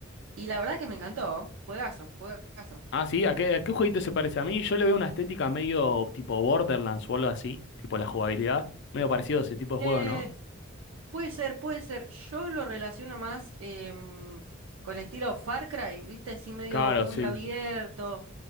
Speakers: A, on the right; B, on the left.
A: Y la verdad que me encantó. Juegazo, juegazo.
B: Ah, sí, ¿a qué, a qué jueguito se parece a mí? Yo le veo una estética medio tipo Borderlands o algo así, tipo la jugabilidad, medio parecido a ese tipo de
A: Eh,
B: juego, ¿no?
A: Puede ser, puede ser. Yo lo relaciono más em, con el estilo Far Cry, ¿viste? Así medio
B: Claro,
A: mundo
B: sí.
A: abierto